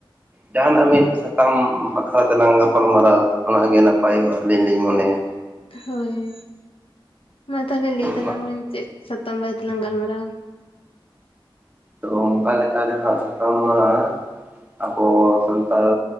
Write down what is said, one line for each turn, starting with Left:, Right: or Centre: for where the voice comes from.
Right: ᱡᱟᱦᱟᱱᱟᱜ ᱢᱤᱫ ᱥᱟᱛᱟᱢ ᱵᱟᱠᱷᱨᱟ ᱛᱮᱞᱟᱝ ᱜᱟᱯᱟᱞ ᱢᱟᱨᱟᱣᱟ, ᱚᱱᱟᱜ ᱜᱮ ᱱᱟᱯᱟᱭᱚᱜᱼᱟ ᱟᱹᱞᱤᱧ ᱞᱤᱧ ᱢᱚᱱᱮᱭᱟ᱾
Left: ᱦᱳᱭ ᱢᱟ ᱛᱟᱦᱞᱮ ᱞᱟᱹᱭ ᱛᱟᱞᱟᱝ
Right: ᱢᱟ
Left: ᱵᱮᱱ ᱪᱮᱫ ᱥᱟᱛ ᱵᱟᱨᱮ ᱛᱮᱞᱟᱝ ᱜᱟᱞᱢᱟᱨᱟᱣᱟ?
Right: ᱛᱚ ᱚᱱᱠᱟ ᱞᱮᱠᱟ ᱨᱮᱦᱟᱸᱜ ᱥᱟᱛᱟᱢ ᱢᱟ ᱟᱵᱚ ᱥᱟᱱᱛᱟᱲ